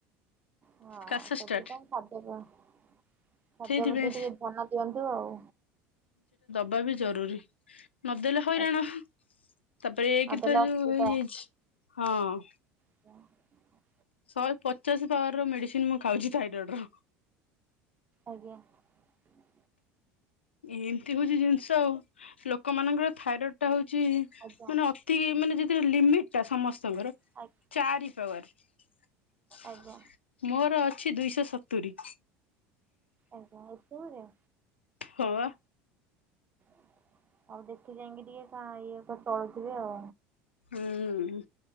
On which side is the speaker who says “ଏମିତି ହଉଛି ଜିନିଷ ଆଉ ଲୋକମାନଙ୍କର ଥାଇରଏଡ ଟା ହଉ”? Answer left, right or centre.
Left